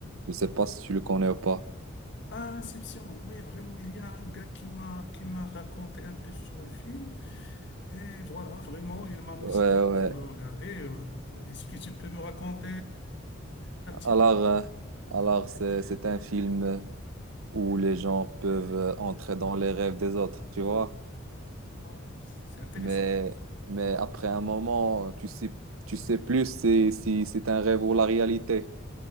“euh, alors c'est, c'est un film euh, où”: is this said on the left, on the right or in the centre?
Right